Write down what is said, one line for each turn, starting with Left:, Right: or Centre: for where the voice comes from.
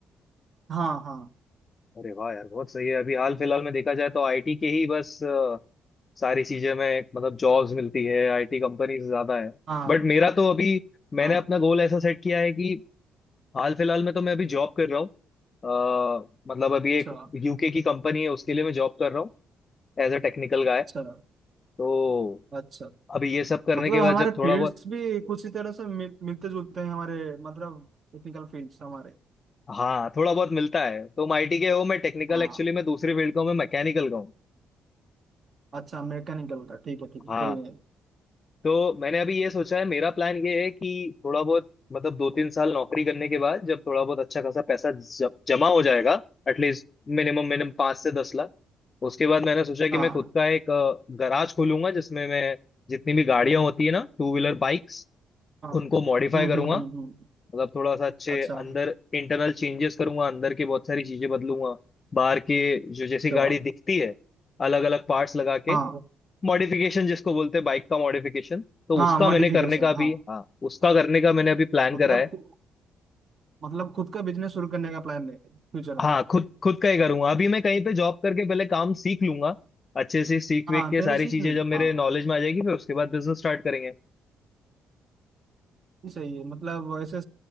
Right: हाँ हाँ
Left: अरे वाह यार बहुत सही है अभी हाल फिलहाल में देखा जाए तो आईटी के ही बस अ, सारी चीजें में मतलब जॉब्स मिलती है आईटी कंपनीज ज्यादा है
Right: हाँ
Left: बट मेरा तो अभी मैंने
Right: हाँ
Left: अपना गोल ऐसा सेट किया है कि हाल फिलहाल में तो मैं अभी जॉब कर रहा हूँ अ, मतलब अभी
Right: अच्छा
Left: एक यूके की कंपनी है उसके लिए मैं जॉब कर रहा हूँ एज अ टेक्निकल गाय
Right: अच्छा
Left: तो
Right: अच्छा
Left: अभी ये सब करने
Right: मतलब
Left: के बाद
Right: हमारे
Left: जब थोड़ा
Right: फील्ड्स
Left: बहुत
Right: भी कुछ ही तरह से मिल, मिलते जुलते हैं हमारे मतलब टेक्निकल फील्ड्स हमारे
Left: हाँ थोड़ा बहुत मिलता है तुम आईटी के हो मैं टेक्निकल
Right: हाँ
Left: एक्चुअली मैं दूसरी फील्ड का हूँ मैं मैकेनिकल का हूँ
Right: अच्छा मैकेनिकल का ठीक है ठीक
Left: हाँ
Right: है कोई नहीं
Left: तो मैंने अभी ये सोचा है मेरा प्लान ये है कि थोड़ा बहुत मतलब दो तीन साल नौकरी करने के बाद जब थोड़ा बहुत अच्छा खासा पैसा ज- जमा हो जाएगा एटलीस्ट मिनिमम मिनिमम पाँच से दस लाख उसके बाद मैंने सोचा कि
Right: हाँ
Left: मैं खुद का एक गराज खोलूंगा जिसमें मैं जितनी भी गाड़ियां होती है ना टू व्हीलर बाइक्स
Right: हाँ
Left: उनको मॉडिफाई
Right: हम्म
Left: करूंगा
Right: हम्म हम्म हम्म
Left: मतलब थोड़ा सा अच्छे
Right: अच्छा
Left: अंदर इंटरनल चेंजेस करूंगा अंदर के बहुत सारी चीजें बदलूंगा बाहर के जो जैसी गाड़ी
Right: चलो
Left: दिखती है अलग अलग पार्ट्स लगा के
Right: हाँ
Left: मॉडिफिकेशन जिसको बोलते हैं बाइक का मॉडिफिकेशन तो
Right: हाँ
Left: उसका
Right: मॉडिफिकेशन
Left: मैंने करने का भी
Right: हाँ
Left: हाँ उसका करने का मैंने अभी प्लान
Right: मतलब
Left: करा है
Right: खु- मतलब खुद का बिजनेस शुरू करने का प्लान है फ्यूचर में
Left: हाँ खुद खुद का ही करूंगा अभी मैं कहीं पे जॉब करके पहले काम सीख लूंगा अच्छे से सीख
Right: हाँ
Left: वेख के
Right: पहले
Left: सारी
Right: सीख
Left: चीजें
Right: ले
Left: जब मेरे
Right: हाँ
Left: नॉलेज में आ जाएगी फिर उसके बाद बिजनेस स्टार्ट करेंगे
Right: ये सही है मतलब ऐसे